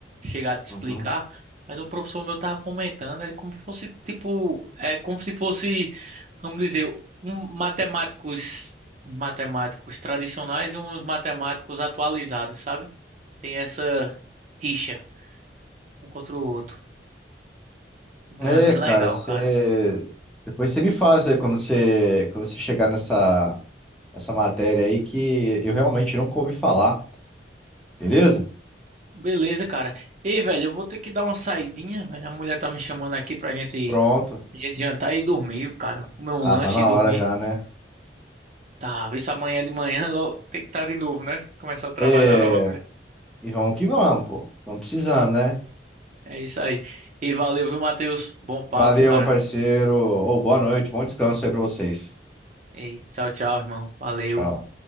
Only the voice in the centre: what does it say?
Uhum.
É,
cara,
você.
Depois você me faz, né, quando você, quando você chegar nessa. essa matéria aí que eu realmente nunca ouvi falar. Beleza?
Pronto.
Ah,
tá na
hora já, né?
É,
e vamos que vamos, pô. Estamos precisando, né?
Valeu,
meu parceiro. Ô, boa noite, bom descanso aí pra vocês.
Tchau.